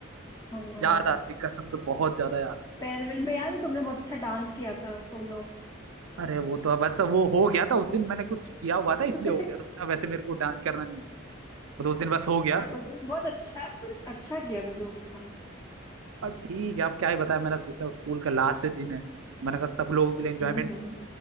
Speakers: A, on the left (about 15°); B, on the right (about 80°).
A: और-
B: याद आती कसम से बहुत ज्यादा याद
A: फेयरवेल में याद है तुमने बहुत अच्छा डांस किया था सोलो
B: आ- अरे वो तो बस वो हो गया था उस दिन मैंने कुछ किया हुआ था
A: <laughs>
B: इसलिए हो गया था वरना वैसे मेरे को डांस करना नहीं है वो तो उस दिन बस हो गया
A: बट उस दिन बहुत अच्छा अच्छा किया था जो भी था
B: अब ठीक है अब क्या ही बताया मैंने सोचा स्कूल का लास्ट दिन है मैंने कहा सब लोगों के लिए एंजॉयमेंट
A: हम्म हम्म।